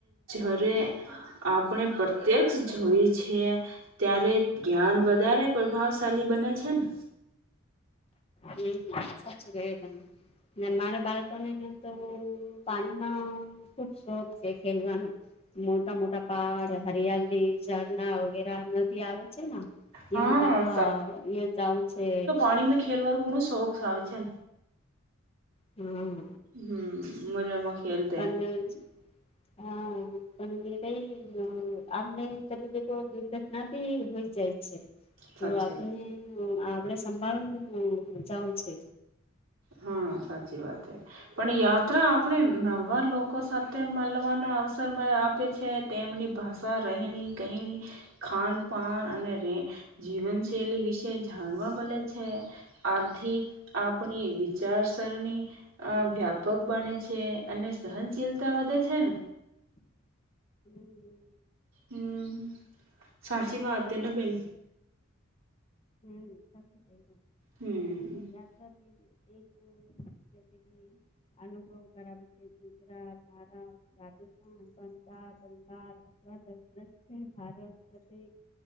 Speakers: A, on the right (about 70°); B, on the left (about 30°).
A: જરે આ પણે પ્રત્યેક્ષ જોઈ છીએ. ત્યારે જ્ઞાન વધારે પ્રભાવશાળલી બને છે ને
B: હમ સાચું કહ્યું તમેં મેં મારા બાળકોણને એમ તો પાણી બો ખુબ શોખ છે ખેલવાનો મોટા મોટા પહાડ હરિયાલી ઝરના વગેરા નદી આવે છે ના જેમાં
A: હા
B: પપ્પા એ જાવું છે.
A: પાણી ખેલવાળું ઘુણું શોખ આવે છે.
B: હમ
A: હમ મજામાં ખેલતે
B: પણ હા પણ એ કઈ આમને કદીબ તો દુર્ઘટના ભી હોઈ જાય છે તો
A: સાચી
B: આપને
A: વાત.
B: આપડે સંભાળું જાવું છે.
A: હા સાચી વાત છે પણ યાત્રા આપણે નવા લોકો સાથે મલવાનું ના અવસર માં આપે છે તેમની ભાષા રહેણી કહેણી ખાન પાાન અને જીવન શૈલી વિશે જાણવા મલે છે આથી આપ આપણી વિચારસરણી આ વ્યાપક બને છે અને સહનશીલતા વધે છે. <unintelligible>
B: હમ
A: હમ સાચી વાત તે ને બેન
B: હમ <unintelligible>
A: હમ
B: યાત્રા ક <unintelligible> અનુભવ કરાવી છે ગુજરાત મહારાષ્ટ્ર રાજસ્થાન પંજાબ બંગાળ અથવા દક્ષિણ ભારત પ્રત્યેક